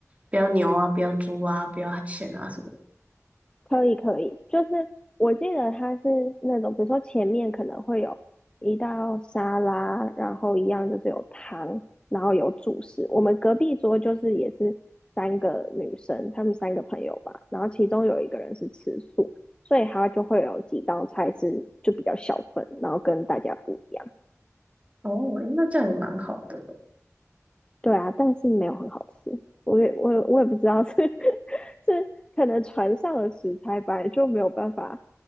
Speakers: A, on the right; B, on the left.
A: 不要牛啊，不要猪啊，不要海鲜啊什么的。
B: 可以可以，就是我记得它是那种，比如说前面可能会有一道沙拉，然后一样就是有汤，然后有主食。我们隔壁桌就是也是三个女生，她们三个朋友吧，然后其中有一个人是吃素，所以她就会有几道菜是就比较小份，然后跟大家不一样。
A: 哦，诶那这样也蛮好的。
B: 对啊，但是没有很好吃，我也我也我也不知道是 <laughs> 是可能船上的食材本来就没有办法。